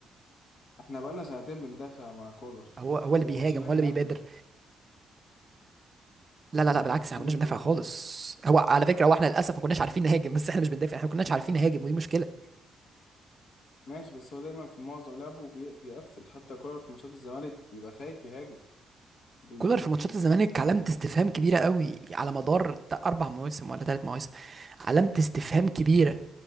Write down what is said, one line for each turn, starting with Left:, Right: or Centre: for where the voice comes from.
Left: احنا بقالنا سنتين بندافع مع كولر
Right: هو هو
Left: وموسيماني
Right: اللي بيهاجم هو اللي بيبادر
Left: قبله
Right: لا لا
Left: يعني
Right: لا بالعكس
Left: موسيماني
Right: احنا ما كناش بندافع
Left: برضه
Right: خالص هو على فكره هو احنا للاسف ما كناش عارفين نهاجم بس احنا مش بندافع احنا ما كناش عارفين نهاجم ودي مشكله
Left: ماشي بس هو دايما في معظم لعبه بي- بيقفل حتى كولر في ماتشات الزمالك بيبقى خايف يهاجم بي- ما
Right: كولر
Left: بيعرفش
Right: في ماتشات الزمالك علامه استفهام كبيره قوي على مدار ت- اربع مواسم ولا ثلاث مواسم علامه استفهام كبيره